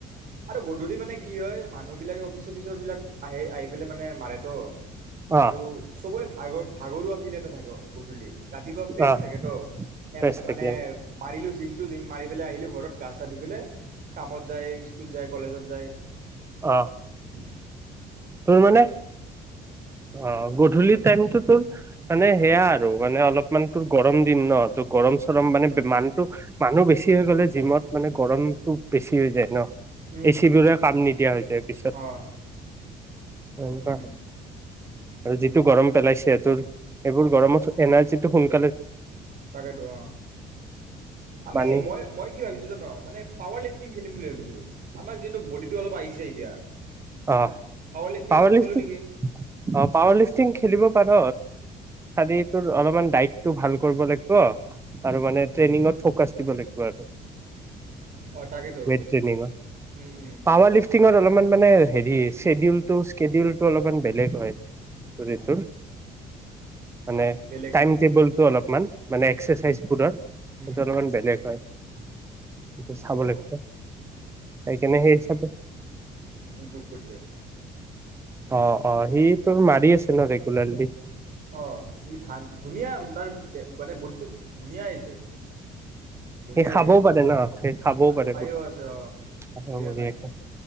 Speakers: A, on the right; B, on the right.
A: আৰু গধূলি মানে কি হয় মানুহ বিলাকে অফিচ অফিচৰ বিলাক আহে আহি পেলাই মানে মাৰে ছ
B: অ
A: আৰু চবৰে ভাগৰ ভাগৰুৱা ফিল এটা থাকে গধূলি ৰাতিপুৱা ফ্ৰেছ
B: অ
A: থাকে তো এ
B: ফ্ৰেছ থাকে
A: মানে মাৰিলো জিমটো জিম মাৰি আহ পেলাই আহিলো ঘৰত কা চা দি পেলাই কামত যায় স্কুল যায় কলেজত য যায়
B: আহঁ
A: উ <inaudible> <unintelligible>
B: তোৰ মানে অ গধূলিত ত মানে সেয়া আৰু মানে অলপমান তোৰ গৰ ন ত গৰম চৰম মানে মানতটো মানুহ বেছি হৈ গ'লে জিমত মানে গৰমতটো বেছি হৈ যায় ন
A: উম
B: এ চি
A: উম
B: বোৰে কাম নিদিয়া হৈছে পিছত
A: অঁ
B: নেকুৱা
A: উম
B: আৰু যিটো গৰম পেলাইছেহ তোৰ এইব গৰ এৰ্
A: তাকেইেতো অ আমি
B: পানী
A: মই মই কি ভাবিছো জানো মানে পাৱাৰ লিফটিং খেলিম বুলি ভাবিছো আমাৰ যিহেতু বডিটো অলপ আহিছে এতিয়া,
B: অ'
A: লিফ্টিং
B: পাৱাৰ
A: অলপ
B: লিফটিং
A: খেলোঁ নেকি
B: অ পাৱাৰ লিফটিং খেলিব <inaudible> তোৰ চাবি তোৰ অলপমান দায়িতটো ভাল কৰিব লাগিব আৰু মানে ট্ৰেইনিত ফকাচ দিব লাগিব আৰু,
A: অ তাকেতো
B: ট্ৰ
A: উম উম
B: পাৱাৰ লিফটিংত অলপমান মানে শ্বেডিউলটো শেডিউলটো অলপমান বেলেগ হয়ত মানে
A: বেলেগ
B: টাইম
A: ন
B: টেবুলটো অলপমান মানে
A: উম
B: এক্সাৰচাইজবোৰৰ
A: উম
B: সেইটো অলপমান বেলেগ হয় সেইটো চাব
A: অ অ
B: লাগিব সেইকাৰণে সেই হিচাপে
A: ইমপ্ৰুভ কৰিছে
B: অ অ সি তোৰ মাৰি আছে ন ৰেগুলাৰলি
A: অ সি ধা ধুনীয়া তাৰ মানে বলটো ধুনীয়া আহিছে কিন্তু বঢ়িয়াই
B: সি খাবও
A: হৈছে
B: পাৰে ন সি খাবও পাৰে
A: খাইও আছে অ
B: পুৰা
A: বঢ়িয়া
B: বঢ়িয়াকে
A: খাই